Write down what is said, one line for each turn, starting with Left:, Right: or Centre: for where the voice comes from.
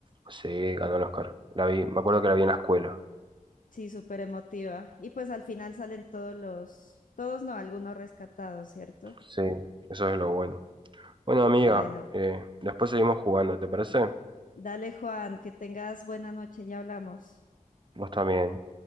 Right: Sí, ganó el Oscar. La vi, me acuerdo que la vi en la escuela.
Left: Sí, súper emotiva. Y pues al final salen todos los, todos no, algunos rescatados, ¿cierto?
Right: Sí, eso es lo bueno. Bueno, amiga,
Left: Ay, no.
Right: eh, después seguimos jugando, ¿te parece?
Left: Dale, Juan, que tengas buena noche, ya hablamos.
Right: Vos también.